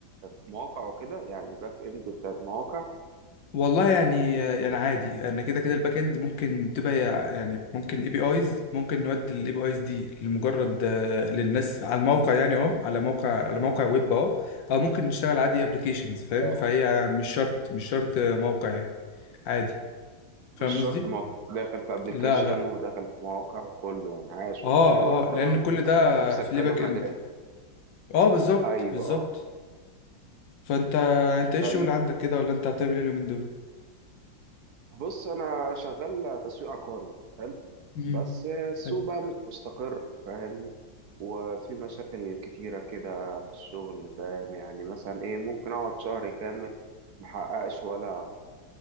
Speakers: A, on the right (about 60°); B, on the left (about 75°).
A: مواقع وكده يعني باك اند بتاعت مواقع
B: والله يعني يعني عادي انا كده كده الباك اند ممكن تبقى هي- يعني ممكن اي بي ايز ممكن نودي الاي بي ايز دي لمجرد آه، للناس على الموقع يعني اه على موقع على موقع ويب اه او ممكن نشتغل عادي ابلكيشنز فاهم
A: اه
B: فهي مش شرط مش شرط موقع يعني عادي فاهم
A: مش شرط
B: قصدي
A: مواقع داخل في ابلكيشن
B: لا لا
A: وداخل في مواقع وكله يعني عاش
B: اه
A: والله حلو اللي انت
B: اه لان
A: برضه
B: كل
A: فاتح
B: ده
A: على نفسك
B: في
A: كذا
B: ليه باك
A: مجال
B: اند اه بالظبط
A: ايوه
B: بالظبط
A: اه
B: فانت انت ايه
A: طيب
B: الشغل عندك كده ولا انت بتعمل ايه اليومين دول
A: بص انا شغال تسويق عقاري حلو
B: امم
A: بس السوق
B: حلو.
A: بقى مش مستقر فاهمني وفي مشاكل كتيرة كده في الشغل فاهم يعني مثلا ايه ممكن اقعد شهر كامل محققش ولا